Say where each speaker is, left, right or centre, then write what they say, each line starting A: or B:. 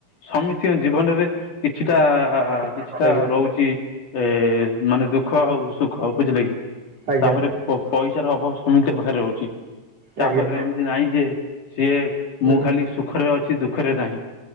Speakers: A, on the left; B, on the right.
A: ସମିତିଙ୍କ ଜୀବନରେ କିଛିଟା
B: ଆଜ୍ଞା
A: କିଛିଟା ରହୁଚି ଏ ମାନେ ଦୁଃଖ ଆଉ ସୁଖ ବୁଝିଲେ କି?
B: ଆଜ୍ଞା।
A: ଓ ପଇସାର ଅଭାବ ସମିତିକ ପାଖରେ ରହୁଚି। ତା
B: ଆଜ୍ଞା
A: ପାଖରେ ଏମିତି ନାହିଁ ଯେ ସିଏ
B: ହୁଁ
A: ମୁଁ ଖାଲି ସୁଖରେ ଅଛି ଦୁଃଖରେ ନାହିଁ।